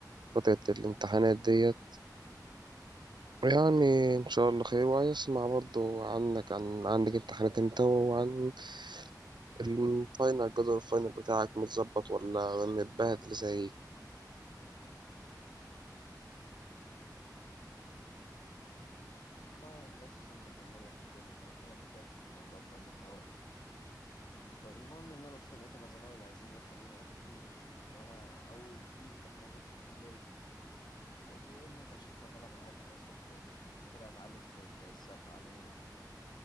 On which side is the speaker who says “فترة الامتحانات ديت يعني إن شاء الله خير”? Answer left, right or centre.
Right